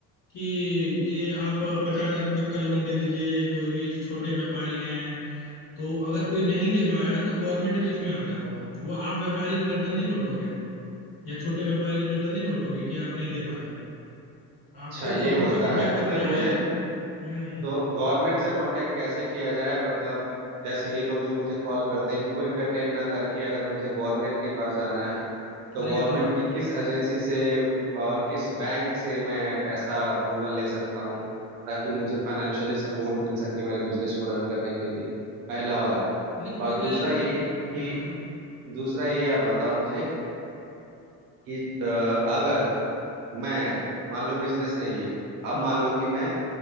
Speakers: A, on the left (about 55°); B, on the right (about 80°).
A: कि ये आप पचास हजार तक का लोन दे दीजिए कोई भी छोटे व्यापारी हैं तो अगर कोई नहीं दे पाया तो गवर्नमेंट के उसमें आता है वो वो आप व्यापारी की गर्दन नहीं पकड़ोगे या छोटे व्यापारी की गर्दन नहीं पकड़ोगे कि आप नहीं दे पाए आपको
B: अच्छा ये
A: गवर्नमेंट
B: होता
A: से कांटेक्ट
B: है
A: करना
B: तो फिर मुझे
A: है हम्म
B: तो गवर्नमेंट से कांटेक्ट कैसे किया जाए मतलब जैसे ये लोग जो मुझे कॉल करते हैं इनको एंटरटेन ना करके अगर मुझे गवर्नमेंट के पास जाना है तो
A: अरे
B: गवर्नमेंट
A: गवर्नमेंट
B: की किस एजेंसी से और किस बैंक से मैं ऐसा अप्रूवल ले सकता हूँ ताकि मुझे फाइनेंशियली सपोर्ट मिल सके मेरे बिजनेस को रन करने के लिए पहला बात
A: नहीं अभी
B: और दूसरा
A: तो ये तो
B: ये
A: हम्म
B: कि दूसरा ये आप बताओ मुझे कि अ, अगर मैं मान लो बिजनेस नहीं है अब
A: हम्म
B: मान लो कि मैं